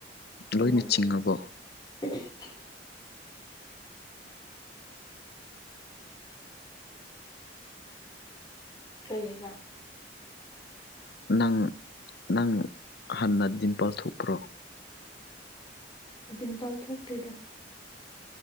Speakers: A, on the left; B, on the left.
A: ꯂꯣꯏꯅ
B: ꯅꯣꯛꯃꯜꯂꯥꯁꯨ
A: ꯆꯤꯡꯉꯕꯣ
B: ꯍ ꯀꯩ ꯍꯥꯏꯕ
A: ꯅꯪ ꯅꯪ ꯍꯥꯟꯅ ꯗꯤꯝꯄꯜ ꯊꯣꯛꯄ꯭ꯔꯣ
B: ꯇꯤꯝꯄꯜ ꯊꯣꯛꯇꯦꯗ